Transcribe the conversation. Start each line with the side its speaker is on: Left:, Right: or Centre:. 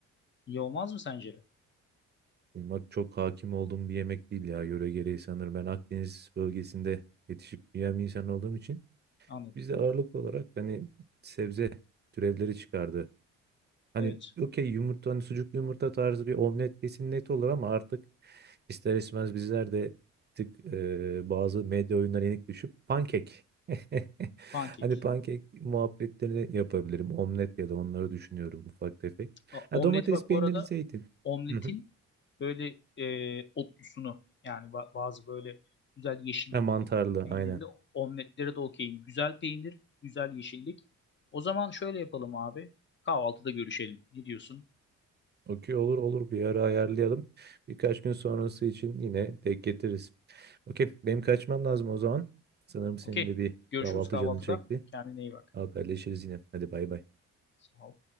Left: iyi olmaz mı sence de?
Right: kuymak çok hakim olduğum bir yemek değil ya. Yöre gereği sanırım. Ben Akdeniz bölgesinde yetişip büyüyen bir insan olduğum için
Left: Anladım.
Right: biz de ağırlık olarak hani sebze türevleri çıkardı Hani
Left: Evet.
Right: okey yumurta hani sucuklu yumurta tarzı bir omlet kesin net olur ama artık ister istemez bizler de tık e, bazı medya oyunlarına yenik düşüp pankek. <laughs>
Left: Pankek.
Right: Hani pankek muhabbetlerini yapabilirim. Omlet ya da onları düşünüyorum ufak tefek.
Left: A-
Right: Ha,
Left: Omleti
Right: domates,
Left: bak
Right: peyniri,
Left: bu arada
Right: zeytin.
Left: omletin
Right: Hı hı.
Left: böyle e, otlusunu yani ba- bazı böyle güzel yeşillikli
Right: Ha, mantarlı
Left: peynirli
Right: aynen.
Left: omletlere de okeyim. Güzel peynir, güzel yeşillik. O zaman şöyle yapalım abi. Kahvaltıda görüşelim. Ne diyorsun?
Right: Okey olur olur bir ara ayarlayalım. Birkaç gün sonrası için yine denk getiririz. Okey benim kaçmam lazım o zaman. Sanırım senin
Left: Okey.
Right: de bir
Left: Görüşürüz
Right: kahvaltı
Left: kahvaltıda.
Right: canın çekti.
Left: Kendine iyi bak.
Right: Haberleşiriz yine. Hadi bay bay.
Left: Sağ ol.